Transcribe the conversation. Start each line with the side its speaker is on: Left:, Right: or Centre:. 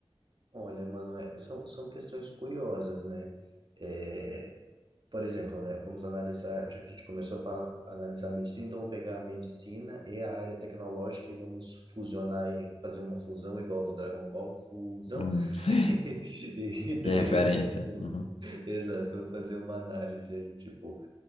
Right: Olha, mano, é- são, são questões curiosas, né? É, Por exemplo, né, vamos analisar, já que a gente começou a falar, a analisar a medicina, então vamos pegar a medicina e a área tecnológica e vamos fusionar e fazer uma fusão igual do Dragon Ball, fusão.
Left: Hum,
Right: <laughs>
Left: <laughs> sim.
Right: E daí
Left: Que referência.
Right: vamos,
Left: Uhum.
Right: exato, vamos fazer uma análise aí, tipo,